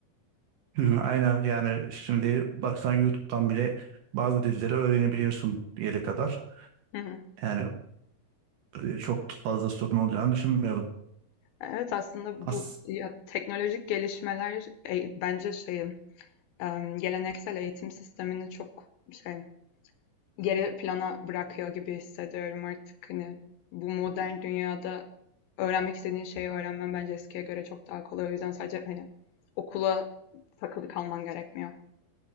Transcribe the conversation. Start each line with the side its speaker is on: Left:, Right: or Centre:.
Right: Hı, Aynen yani şimdi baksan YouTube'dan bile bazı dilleri öğrenebiliyorsun bir yere kadar.
Left: Hı hı.
Right: Yani e, çok fazla sorun olacağını düşünmüyorum.
Left: Evet aslında
Right: As
Left: bu ya, teknolojik gelişmeler e, bence şeyi em, geleneksel eğitim sistemini çok şey geri plana bırakıyor gibi hissediyorum artık hani bu modern dünyada öğrenmek istediğin şeyi öğrenmen bence eskiye göre çok daha kolay. O yüzden sadece hani okula takılı kalman gerekmiyor.